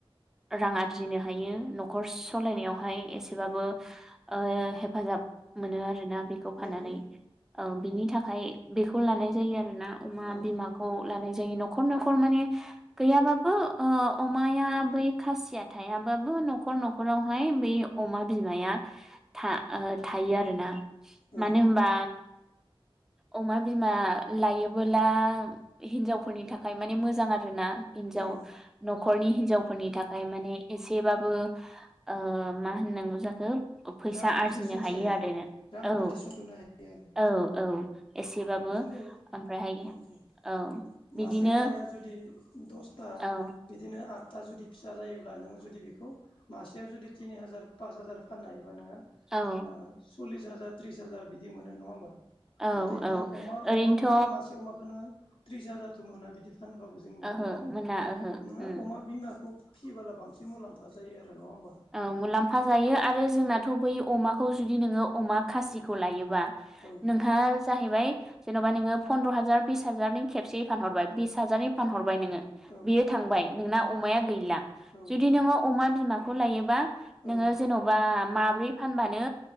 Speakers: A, in the centre; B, on the left (about 65°).
A: रां आरजिनो हायो न'खर सालायनायावहाय एसेबाबो
B: औ
A: ओ हेफाजाब मोनो आरो ना बेखौ फाननानै
B: नंगौ
A: ओ बिनि थाखाय बेखौ लानाय जायो आ रोना अमा
B: औ
A: बिमाखौ लानाय जायो न'खर न'खर माने गैयाबाबो ओ अमाया बै खासिया थायाबाबो न'खर न'खरावहाय बै अमा बिमाया था ओ थायो आरोना।
B: औ
A: मानो होमबा अमा बिमा लायोबोला हिनजावफोरनि थाखाय माने मोजां आ रोना हिनजाव
B: औ
A: नखरनि हिनजावफोरनि थाखाय माने एसेबाबो ओ मा होननांगौ जाखो फैसा
B: रांखान्थि
A: आरजिनो
B: सुंसायो
A: हायो आरो नो
B: रांखान्थि
A: औ
B: सुंस'नो हायो आरो
A: औ औ औ एसेबाबो
B: नंगौ
A: ओमफ्रायहाय
B: नोंथां
A: औ बिदिनो
B: मासे अमाया जुदि दसटा
A: औ
B: बिदिनो आद था जुदि फिसा जायोब्ला नोङो जुदि बेखौ मासेयाव जुदि तिनि हाजार पास हाजार फाननो हायोबा नोङो
A: औ
B: ओ सल्लिस हाजार त्रिस हाजार बिदि मोनो नङा होमबा। नाथाय
A: औ
B: नोङो
A: औ
B: अमा-अमाखौ
A: ओरैनोथ'
B: नों मासे अमाखौ नोङो थ्रिस हाजारथ मोना बिदि फानबाबो जोंनियाव
A: ओहो
B: नङा होमबा
A: मोना ओहो
B: नोंङा
A: उम
B: अमा बिमाखौ फियोबोला बांसिन मुलाम्फा जायो। आरो नङा होमबा
A: औ मुलाम्फा जायो आरो जोंनाथ' बै अमाखौ जुदि नोङो अमा खासिखौ लायो बा
B: औ
A: नोंथाङा जाहैबाय जेन'बा नोङो फन्द्र' हाजार बिस हाजारनि खेबसेयै फानहरबाय बिस हाजारनि फानहर बाय नोङो
B: औ
A: बेयो थांबाय नोंना अमाया गैला
B: औ
A: जुदि नोङो अमा बिमाखौ लायोबा नोङो
B: औ
A: जेन'बा माब्रै फानबानो